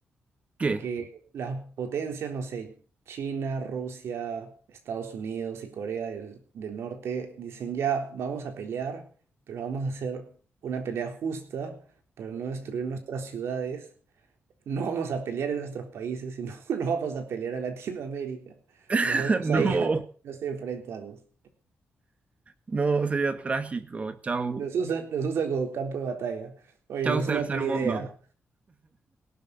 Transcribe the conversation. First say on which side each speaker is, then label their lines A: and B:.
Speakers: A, on the right; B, on the right.
A: ¿Qué?
B: Que las potencias, no sé, China, Rusia, Estados Unidos y Corea del, del Norte dicen ya, vamos a pelear, pero vamos a hacer una pelea justa para no destruir nuestras ciudades. No vamos a pelear en nuestros países, sino <laughs> no vamos a pelear a Latinoamérica.
A: <laughs>
B: Nos vemos
A: No,
B: allá, <laughs> nos enfrentamos.
A: no, sería trágico. Chau,
B: Los usa, los usa como campo de batalla. Oye,
A: chau,
B: no es
A: tercer
B: una mala
A: mundo.
B: idea.